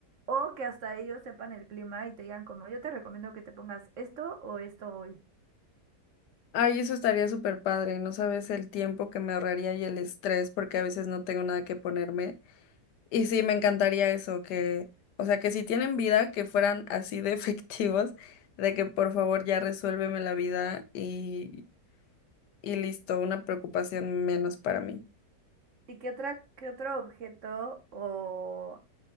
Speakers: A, on the right; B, on the left.
A: o que hasta ellos sepan el clima y te digan como, yo te recomiendo que te pongas esto o esto hoy.
B: Ay, eso estaría súper padre, no sabes el tiempo que me ahorraría y el estrés porque a veces no tengo nada que ponerme. Y sí, me encantaría eso, que, o sea, que si tienen vida, que fueran así de <laughs> efectivos, de que por favor ya resuélveme la vida y, y listo, una preocupación menos para mí.
A: ¿Y qué otra, qué otro objeto o,